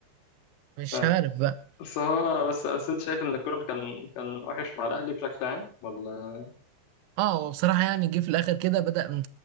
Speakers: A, on the right; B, on the left.
A: مش
B: فاهم.
A: عارف بقى
B: بس هو بس بس انت شايف ان الكولر كان كان وحش مع الاهلي بشكل عام ولا
A: اه هو بصراحة يعني جه في الآخر كده بدأ